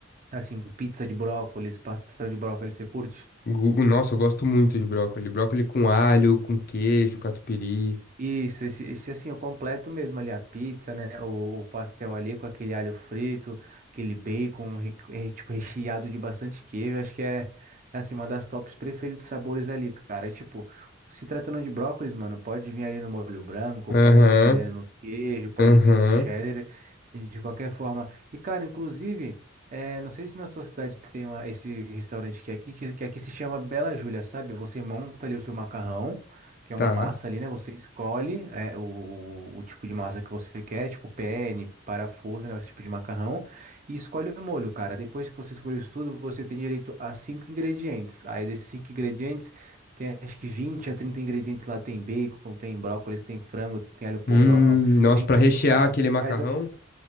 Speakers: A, on the right; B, on the left.
A: assim, pizza de brócolis, pastel de brócolis, você curte?
B: Gu- Nossa, eu gosto muito de brócoli. Brócoli com alho, com queijo, catupiry.
A: Isso, esse, esse assim, o completo mesmo ali, a pizza, né? O, o pastel ali com aquele alho frito, aquele bacon, re- re- tipo, <laughs> recheado de bastante queijo. Acho que é, é assim, uma das tops preferidos sabores ali, cara. É, tipo, se tratando de brócolis, mano, pode vir ali no molho branco,
B: Aham.
A: pode vir ali no queijo, pode
B: Aham,
A: vir no cheddar, e de qualquer forma. E, cara, inclusive, é, não sei se na sua cidade tem uma, esse restaurante que é aqui, que, que aqui se chama Bela Júlia, sabe? Você monta ali o seu macarrão que é
B: tá.
A: uma massa ali, né? Você escolhe é, o, o tipo de massa que você quer, tipo penne, parafuso, né? Esse tipo de macarrão, e escolhe o molho, cara. Depois que você escolhe isso tudo, você tem direito a cinco ingredientes. Aí desses cinco ingredientes, tem acho que 20 a 30 ingredientes lá. Tem bacon, tem brócolis, tem frango, tem alho poró,
B: Hum, nossa,
A: tem
B: pra
A: tudo,
B: rechear
A: cara.
B: aquele macarrão?
A: Mas eu,